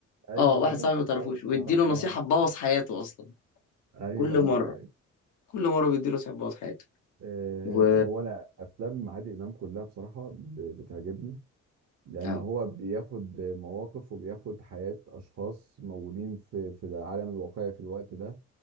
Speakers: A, on the right (about 60°); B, on the left (about 80°).
A: ايوه
B: اه واحد
A: ايوه
B: صاحبي
A: افتكرت
B: ما تعرفوش ويديله
A: اه اه
B: نصيحة تبوظ حياته أصلا
A: ايوه
B: كل
A: ايوه
B: مرة
A: ايوه
B: كل مرة بيديله نصيحة تبوظ حياته
A: آه
B: و
A: هو انا افلام عادل امام كلها بصراحه ب- بتعجبني لان
B: اه
A: هو بياخد مواقف وبياخد حياة اشخاص موجودين في في العالم الواقعي في الوقت ده